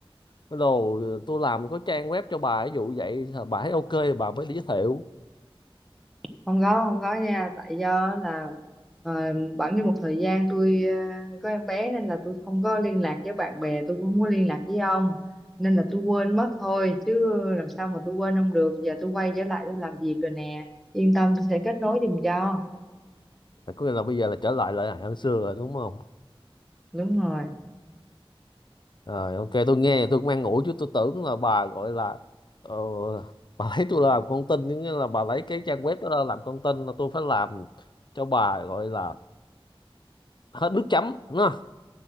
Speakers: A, on the left; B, in the centre.
A: rồi tôi làm có trang web cho bà ví dụ vậy bà thấy ok bà mới đi giới thiệu
B: không có không có nha tại do là ờ, bẵng đi một thời gian tôi ờ, có em bé nên là tôi không có liên lạc với bạn bè tôi cũng không có liên lạc với ông nên là tôi quên mất thôi chứ làm sao mà tôi quên ông được giờ tôi quay trở lại tôi làm việc rồi nè yên tâm tôi sẽ kết nối giùm cho
A: có nghĩa là bây giờ là trở lại lại hơn xưa rồi đúng không
B: đúng rồi
A: Rồi ok tôi nghe tôi cũng an ủi chứ tôi tưởng là bà gọi là ờ, bà lấy tôi làm con tin nghĩa là bà lấy cái trang web đó ra làm con tin là tôi phải làm cho bà gọi là hết nước chấm đúng không?